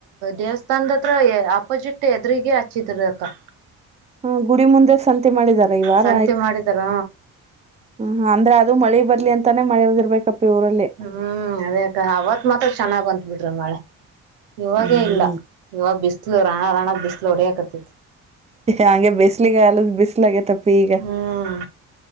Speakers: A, on the right; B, on the right.
A: ದೇವಸ್ಥಾನದತ್ರ ಅಪೋಜೀಟ್ ಎದ್ರೀಗೆ ಹಚ್ಚಿದ್ರ ಅಕ್ಕಾ
B: ಹಾ ಗುಡಿ ಮುಂದೆ ಸಂತಿ ಮಾಡಿದಾರ ಈ ವಾರ
A: ಸಂತೆ ಮಾಡಿದಾರ
B: ಹು ಅಂದ್ರ ಅದು ಮಳಿ ಬರ್ಲಿ ಅಂತಾನೆ ಮಾಡಿರರ್ಬೇಕಪ್ಪಿ ಇವರಲ್ಲಿ
A: ಹ್ಮ್ ಅದೇ ಅಕ್ಕ ಅವತ್ ಮಾತ್ರ ಚೆನ್ನಾಗ್ ಬಂತ ಬಿಡ್ರಿ ಮಳೆ ಇವಾಗೇ
B: ಹ್ಮ್
A: ಇಲ್ಲ. ಇವಾಗ ಬಿಸಿಲು ರಾ ರಾಣ ರಾಣ ಬಿಸ್ಲು ಹೊಡೆಯಕತ್ತತಿ.
B: ಹಂಗೆ ಬಿಸಲಿಗಾಲದ ಬಿಸಲಗೇತಪ್ಪಿ ಈಗ
A: ಹ್ಮ್